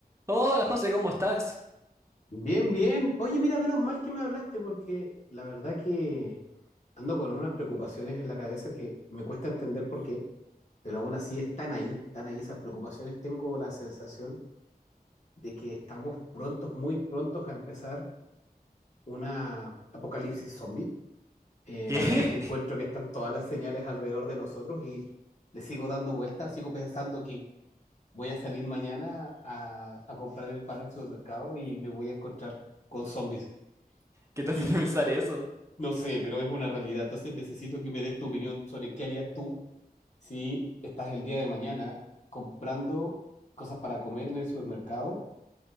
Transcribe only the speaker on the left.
Bien, bien. Oye, mira, menos mal que me hablaste porque la verdad que ando con unas preocupaciones en la cabeza que me cuesta entender por qué, pero aún así están ahí, están ahí esas preocupaciones. Tengo la sensación de que estamos prontos, muy prontos a empezar una apocalipsis zombie. Eh,
la verdad que encuentro
que están todas las señales alrededor de nosotros y le sigo dando vueltas, sigo pensando que voy a salir mañana a, a comprar el pan al supermercado y me voy a encontrar con zombies.
Mi,
No sé, pero es una realidad. Entonces necesito que me des tu opinión sobre qué harías tú si estás el día de mañana comprando cosas para comer en el supermercado